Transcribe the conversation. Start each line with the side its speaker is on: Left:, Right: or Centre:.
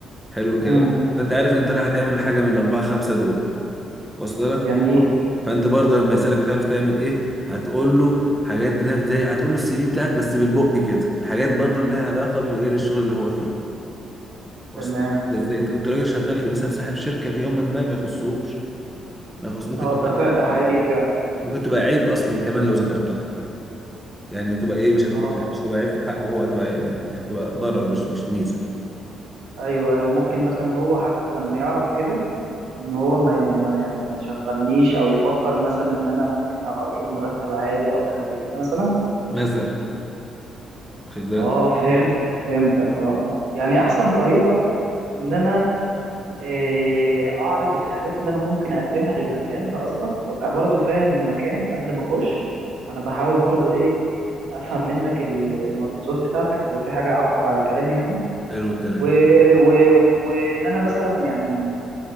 Centre: حلو الكلام
Right: امم
Centre: فانت عارف ان انت رايح تعمل حاجه من الاربعه خمسه دول واصل لك
Right: جميل
Centre: فانت برضه لما يسالك بتعرف تعمل ايه هتقول له حاجات زي هتقول له السي في بتاعك بس بالبق كده الحاجات برضه اللي لها علاقه بمجال الشغل اللي هو فيه واصل
Right: تمام
Centre: لك ازاي انت كنت راجل شغال مثلا صاحب شركه في يوم ما ما يخصهوش ما يخص ممكن
Right: اه
Centre: تبقى-
Right: ده فعلا ده
Centre: <laughs>
Right: حقيقي فعلا
Centre: ممكن تبقى عيب اصلا كمان لو ذكرتها يعني تبقى ايه مش هتبقى
Right: اه
Centre: مش هتبقى عيب في حقه هو هتبقى هتبقى ضرر مش مش ميزه
Right: ايوه ايوه ممكن مثلا هو حتى لما يعرف كده ان هو ما ما- يعني ما يشغلنيش او يفكر مثلا ان انا ممكن أخ- اطلب مرتب عالي او حاجه زي كده مثلا
Centre: مثلا واخد بالك
Right: اه فهمتك فهمتك اه آه. يعني احسن طريقه ان انا آه، اعرض الحاجات اللي انا ممكن اقدمها للمكان ده قصدك وابقى برضو فاهم المكان قبل ما اخش انا بحاول برضو ايه افهم منك ال- الملحوظات بتاعتك لو في حاجه اعقب على كلامي يعني
Centre: حلو الكلام
Right: و... و... ان انا مثلا يعني